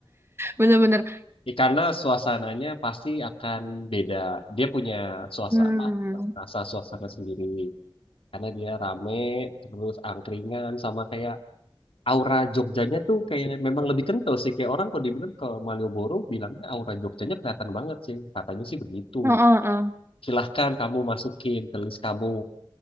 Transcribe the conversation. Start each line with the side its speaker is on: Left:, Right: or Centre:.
Right: bener-bener.
Left: Ya, karena suasananya pasti akan beda. Dia punya suasana,
Right: Hmm,
Left: rasa suasana sendiri. Karena dia rame, terus angkringan, sama kayak aura Jogjanya tuh kayak memang lebih kental sih. Kayak orang kalau dibilang ke Malioboro, bilangnya aura Jogjanya kelihatan banget sih. Katanya sih begitu.
Right: oh, oh, oh.
Left: Silahkan kamu masukin ke list kamu.